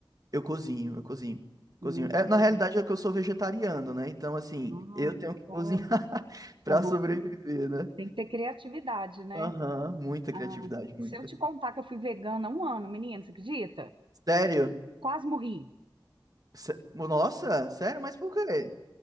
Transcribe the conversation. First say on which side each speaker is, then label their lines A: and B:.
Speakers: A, on the right; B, on the right.
A: Eu cozinho, eu cozinho. Cozinho.
B: Hum,
A: É, na realidade é que eu sou vegetariano, né? Então, assim,
B: ah,
A: eu tenho
B: que
A: que cozinhar
B: legal.
A: <laughs> pra
B: Uhum.
A: sobreviver, né?
B: Tem que ter criatividade, né?
A: Aham, muita
B: Ah,
A: criatividade, muita.
B: se eu te contar que eu fui vegana há um ano, menina, você acredita?
A: Sério?
B: Quase morri.
A: Sé- Nossa, sério? Mas por quê?